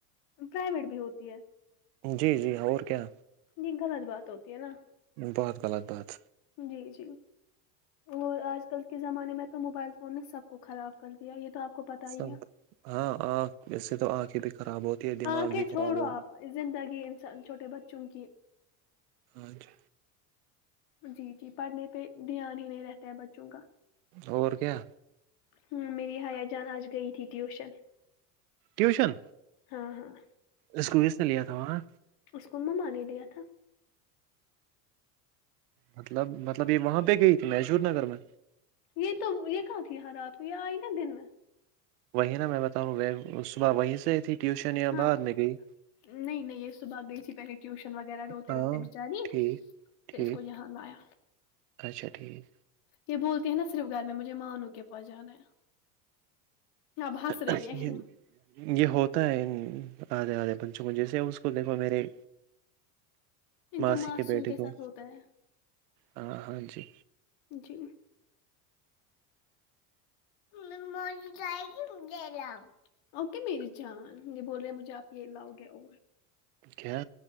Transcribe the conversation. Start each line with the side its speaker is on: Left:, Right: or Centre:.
Left: پرائیویٹ بھی ہوتی ہے
Right: جی جی اور کیا
Left: یہ غلط بات ہوتی ہے ناں
Right: بہت غلط بات
Left: جی جی اور آج کل کے زمانے میں تو موبائل فون نے سب کو خراب کر دیا یہ تو آپ کو پتا
Right: سب
Left: ہی ہے
Right: ہاں آنکھ اس سے تو آنکھیں بھی خراب ہوتی ہے دماغ
Left: آنکھیں
Right: بھی خراب
Left: چھوڑو
Right: ہوتا
Left: آپ زندگی انسان چھوٹے بچوں کی
Right: ہاں جی
Left: جی جی پڑھنے پہ دھیان ہی نہیں رہتا ہے بچوں کا
Right: اور کیا
Left: ہوں میری حیا جان آج گئی تھی ٹیوشن
Right: ٹیوشن
Left: ہاں ہاں
Right: اس کو کس نے لیا تھا وہاں
Left: اس کو مما نے دیا تھا
Right: مطلب مطلب یہ وہاں پہ گئی تھی میشور نگر میں
Left: یہ تو یہ کہاں تھی رات کو یہ آئی ناں دن میں
Right: وہیں ناں میں بتا رہا ہوں صبح وہیں سے آئی تھی ٹیوشن یا
Left: ہاں
Right: بعد میں گئی
Left: نہیں نہیں یہ صبح گئی تھی پہلے ٹیوشن وغیرہ روتے
Right: ہاں
Left: روتے بچاری
Right: ٹھیک
Left: پھر
Right: ٹھیک
Left: اس کو یہاں لایا
Right: اچھا ٹھیک
Left: یہ بولتے ہیں ناں صرف گھر میں مجھے مانوں کے پاس جانا ہے اب
Right: <unintelligible>
Left: ہنس رہی ہے
Right: یہ ہوتا ہے آدھے آدھے بچوں کو جیسے اس کو دیکھو میرے
Left: ان
Right: ماسی
Left: کو ماسٹروں
Right: کے بیٹے
Left: ساتھ
Right: کو
Left: ہوتا ہے
Right: ہاں ہاں جی
Left: جی <unintelligible> اوکے میری جان یہ بول رہے ہیں مجھے آپ یہ لاؤ گے اور
Right: کیا